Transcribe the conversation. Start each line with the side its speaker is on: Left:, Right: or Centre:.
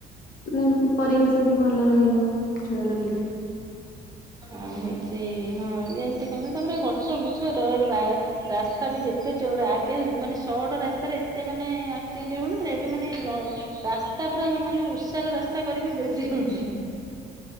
Left: ମାନେ ପରିବେଶ ବି ଭଲ ରହିବ ଗଛଟା ଲାଗେଲେ।
Right: ଆଉ ହଉଛି ସେ ହଁ ଏମିତି କଲା ତାପରେ ଗଛ ବୁଛ ରୋଡ ବା ରାସ୍ତା ବି ଯେତେ ଚଉଡା ଆ ଏ ମାନେ। ସଟ ରାସ୍ତାରେ ଏତେ ମାନେ ଆକ୍ସିଡେଣ୍ଟ ହଉନଥିଲା ଏବେ ମାନେ ରାସ୍ତା ପୁରା ମାନେ ଉସାର ରାସ୍ତା କରିବି ବେଶୀ ହଉଛି।